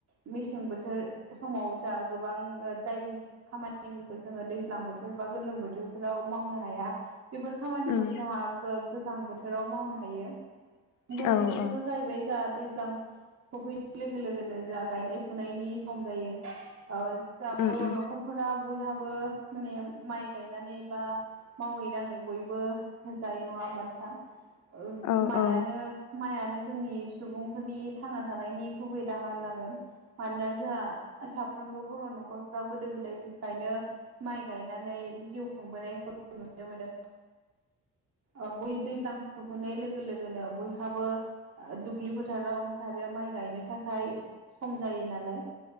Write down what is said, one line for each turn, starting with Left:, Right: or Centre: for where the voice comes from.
Right: मेसें बोथोर समाव जा गोबां जाय खामानिफोरखौ जोङो दैज्लां बोथोर बा गोलोम बोथोरफोराव माव मावनो हाया बेफोर खामानिखौ
Left: उम
Right: जोंहा गोजां बोथोराव मावनो हायो। गोलोम
Left: औ
Right: बोथोराव
Left: औ
Right: जाहैबाय जोंहा दैज्लां सफैनाय लोगो लोगोनो जोंहा गायनाय फुनायनि सम जायो जा
Left: उम
Right: बर'
Left: उम
Right: न'खर फोरा बयहाबो माने माइ गायनानै बा मावै दाङै बयबो जायो नङा होमब नोंथां
Left: औ
Right: माइयानो
Left: औ
Right: माइयानो जोंनि सुबुंफोरनि थांना थानायनि गुबै राहा होननांगोन। मानोना जोंहा साफ्रोमबो बर' न'खरफ्राव गोदो गोदायनिफ्रायनो माइ गायनानै जिउ खुंबोनायखौ नुनो मोनो
Left: <inaudible>
Right: आरो। ओ बै दैज्लां सहैनाय लोगो लोगोनो बयहाबो ओ दुब्लि फोथाराव ओंखारो माइ गायनो थाखाय सम जायो नालाय।